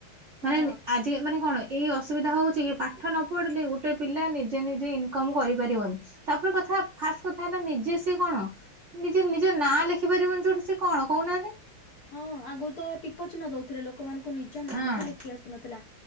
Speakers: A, on the left; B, on the right.
A: ହଁ
B: ମାନେ ଏମତି ଆଜ କି ମାନେ କଣ ଏଇ ଅସୁବିଧା ହେଉଛି କି ପାଠ ନ ପଢ଼ିଲେ ଗୋଟେ ପିଲା ନିଜେ ନିଜେ ଇନକମ କରିପାରିବନି। ତାପରେ କଥା ଫାଷ୍ଟ କଥା ହେଲା ନିଜେ ସିଏ କଣ ନିଜେ ନିଜ ନାଁ ଲେଖିପାରିବନି ଯୋଉଠି ସେ କଣ କହୁନାହାନ୍ତି।
A: ହଁ ଆଗରୁ ତ ଟିପ ଚିହ୍ନ ଦଉଥିଲେ ଲୋକମାନଙ୍କୁ ନିଜ ନାମ
B: ହଁ
A: ବି ଲେଖି ଆସୁନଥିଲା।